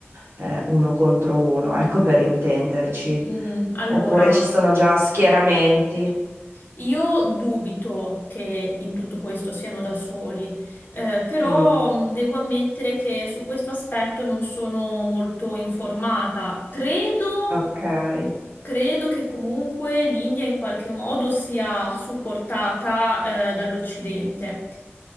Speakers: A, on the right (about 60°); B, on the left (about 45°).
A: eh, uno contro uno, ecco per intenderci.
B: Mm, allora,
A: Oppure ci sono già schieramenti.
B: io dubito che in tutto questo siano da soli, eh, però
A: Mm,
B: mm, devo ammettere che su questo aspetto non sono molto informata. Credo.
A: ok.
B: Credo che comunque l'India in qualche modo sia supportata eh, dall'Occidente.